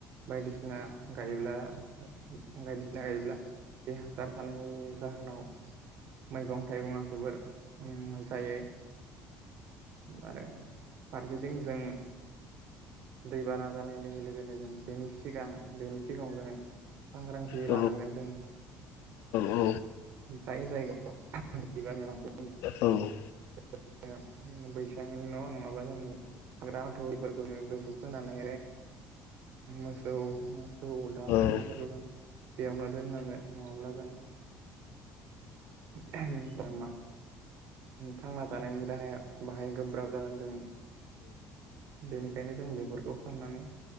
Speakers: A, on the right; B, on the left.
A: बायदिसिना गायोब्ला बायदिसिना गायोब्ला बे हासार थानायनि जाहोनाव मैगं थाइगङा जोबोर जायो आरो फारसेथिं जों दैबाना जानाय लोगो लोगोनो जों बेनि सिगां बेनि सिगाङाव जोङो सांग्रांथि
B: औ
A: लानांगोन जोङो
B: औ
A: जाय जायगायाव दैबानाया <inaudible>
B: औ।
A: <inaudible> बैसांनि न नङाबा जोंनि हाग्रा माथौरिफोरखौ गोजौ खोनानै मोसौ मोसौ दाउ अमाफोरखौ
B: औ
A: जों बेयावनो दोननांगोन नङाब्ला जों <inaudible> मा थांना थानायनि राहाया बाहाय गोब्राब जागोन जों बेनिखायनो जों बेफोरखौ फाननानै